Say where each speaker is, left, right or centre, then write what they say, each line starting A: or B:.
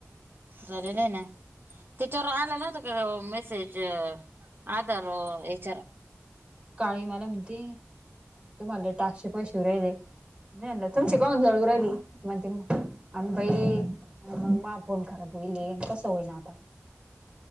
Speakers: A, on the right; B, on the right.
A: झालेलं आहे ना त्याच्यावर आलं नव्हत का ग मेसेज आधार येच्या
B: काळी मला म्हणती तुम्हाला लय टास्क चे पैसे येऊ राहिले मी म्हणलं तुमची काहून जळून राहिली म्हणती मगं आम्ही बाई मग मा फोन खराब होईलय कसं होईन आता